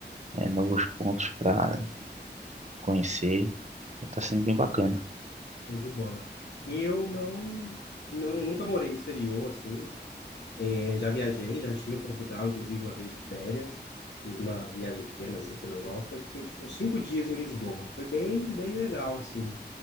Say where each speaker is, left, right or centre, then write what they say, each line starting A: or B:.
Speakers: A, on the right (about 40°); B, on the left (about 80°).
A: eh, novos pontos para conhecer. Tá sendo bem bacana.
B: Show de bola. Eu não, não nunca morei no exterior assim. É, já viajei, já estive em Portugal, inclusive uma vez de férias. Fiz uma viagem pequena assim, pela Europa e fiquei acho que, uns cinco dias em Lisboa. Foi bem, bem legal assim.